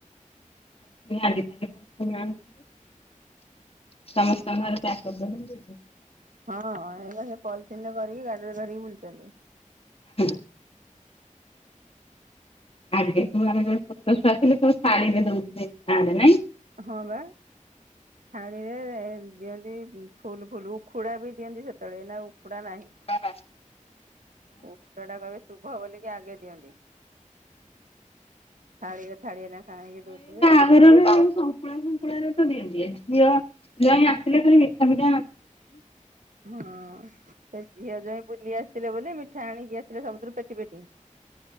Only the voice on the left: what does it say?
<unintelligible> <unintelligible> ସମସ୍ତଙ୍କର ପ୍ୟାକ କରି ଦେବେ <unintelligible>
ହୁଁ। ଆଘେ ଆମେ ସବୁ ଜୋଠେ <unintelligible> ଶାଢ଼ୀ ଟେ ଦଉଥିଲେ <unintelligible> ନାଇଁ।
ବା ବା।
ତାଙ୍କର ହେଲେ <unintelligible> ଶଙ୍କୁଳା ଶୁଙ୍କୁଳା ରେତ ଦିଅନ୍ତି। ଝିଅ ଜ୍ୱାଇଁ ଆସିଲେ ଖାଲି ମିଠା ମିଠା